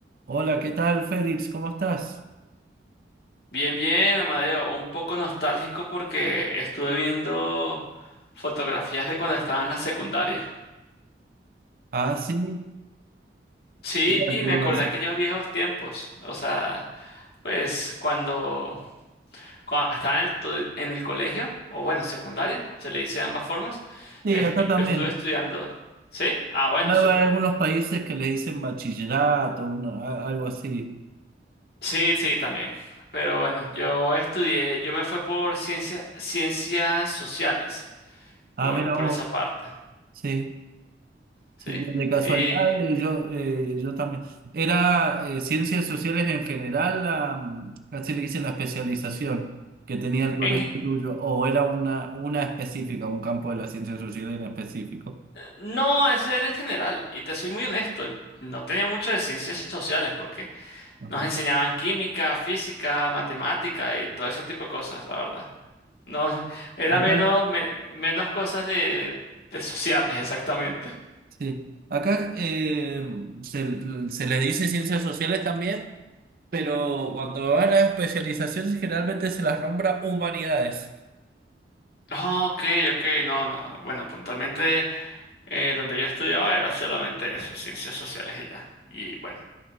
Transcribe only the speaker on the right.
Hola, ¿qué tal, Félix? ¿Cómo estás?
Ah, sí.
¿Qué tal?
¿Qué
onda?
Sí,
acá también.
Claro,
Hay algunos países que le dicen bachillerato, una- a- algo así.
Ah,
mira
vos.
Sí,
sí, de de casualidad
eh, yo, eh, yo también. Era eh, ciencias sociales en general, la, mm, casi le dicen la especialización que tenía el colegio
tuyo, o era una, una específica, un campo de las ciencias sociales en específico.
Ajá.
Acá
Sí, acá eh, se, se les dice ciencias sociales también, pero cuando van a especializaciones generalmente se las nombra humanidades.